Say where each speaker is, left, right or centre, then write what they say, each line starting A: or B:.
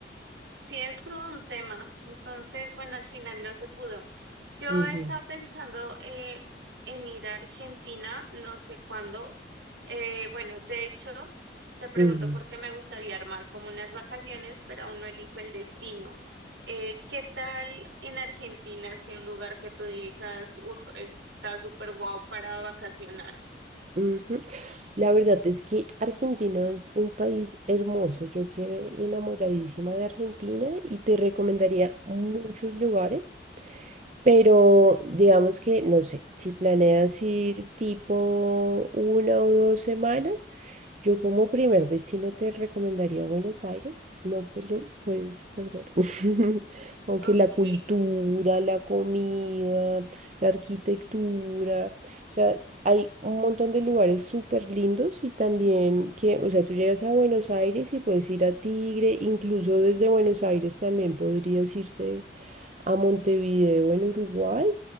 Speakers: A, on the right; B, on the right.
A: Sí, es todo un tema. Entonces, bueno, al final no se pudo. Yo
B: Ujú,
A: estaba pensando eh, en ir a Argentina, no sé cuándo. Eh, bueno, de hecho, te pregunto
B: ujú,
A: porque me gustaría armar como unas vacaciones, pero aún no elijo el destino. Eh, ¿qué tal en Argentina si un lugar que tú digas, uff, está súper guau para vacacionar?
B: ujú. La verdad es que Argentina es un país hermoso. Yo quedé enamoradísima de Argentina y te recomendaría muchos lugares, pero digamos que, no sé, si planeas ir tipo una o dos semanas, Yo como primer destino te recomendaría Buenos Aires, no te lo puedes perder. <laughs> Aunque
A: Ok.
B: la cultura, la comida, la arquitectura, o sea, hay un montón de lugares súper lindos y también que, o sea, tú llegas a Buenos Aires y puedes ir a Tigre, incluso desde Buenos Aires también podrías irte a Montevideo en Uruguay.